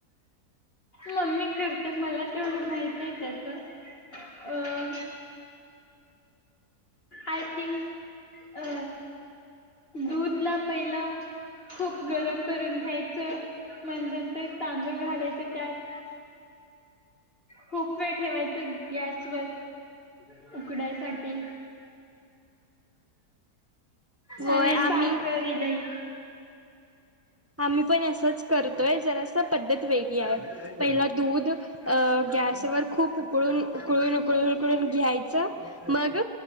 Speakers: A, on the left (about 35°); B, on the right (about 20°).
A: मम्मी करत्या मला तेवढं, माहित नाही त्याच.. अ.. आय थिंक अ. दूधला पहिला खूप गरम करून घ्यायचं. मग नंतर तांदूळ घालायचे त्यात खूप वेळ ठेवायचं गॅसवर. उकडायसाठी.
B: होय
A: आणि
B: आम्ही
A: स्टार्टर इलंय.
B: आम्ही पण असंच करतोय जरास पद्धत वेगळी आहे. पहिला दूध अ गॅसवर खूप उकळून, उकळून, उकळून, उकळून घ्यायचं, मग